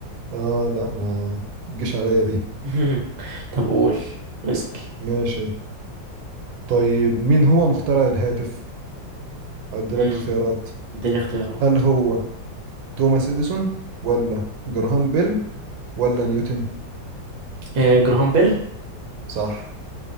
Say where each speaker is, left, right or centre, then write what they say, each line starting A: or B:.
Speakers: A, on the right; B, on the right.
A: اه لا ما تجيش عليا دي
B: <laughs> طب قول اسأل
A: ماشي طيب مين هو مخترع الهاتف هدي
B: مم.
A: لك اختيارات
B: اديني اختيارات
A: هل هو توماس اديسون ولا جراهام بيل ولا نيوتن
B: آه جراهام بيل
A: صح